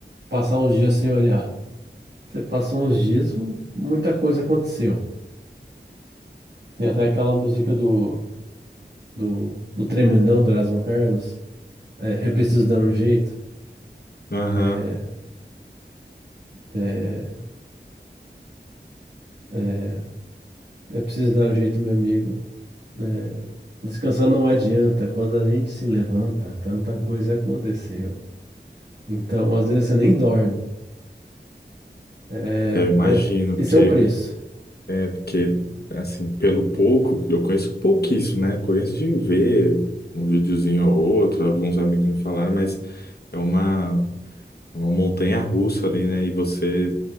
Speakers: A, on the right; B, on the left.
A: passar uns dias sem olhar. Você passou uns dias, muita coisa aconteceu. Tem até aquela música do do, do tremendão do Erasmo Carlos. É, é preciso dar um jeito.
B: Aham,
A: É, é, é é preciso dar um jeito, meu amigo. É, descansar não adianta. Quando a gente se levanta, tanta coisa aconteceu. Então, às vezes você nem dorme. É,
B: é, eu imagino,
A: é- esse
B: porque
A: é o preço.
B: É, porque, assim, pelo pouco, eu conheço pouquíssimo, né? Conheço de ver um videozinho ou outro, alguns amigos me falaram, mas é uma, é uma montanha russa ali, né? E você